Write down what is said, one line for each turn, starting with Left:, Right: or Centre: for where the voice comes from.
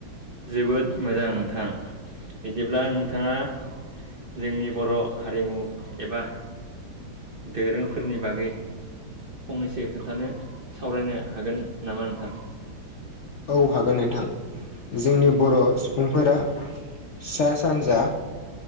Right: जोबोद मोजां नोंथां बिदिब्ला नोंथाङा जोंनि बर' हारिमु एबा दोरोंफोरनि बागै फंनैसो खोन्थानो सावरायनो हागोन नामा नोंथां?
Left: औ हागोन नोंथां जोंनि बर' सुबुंफोरा सा सानजा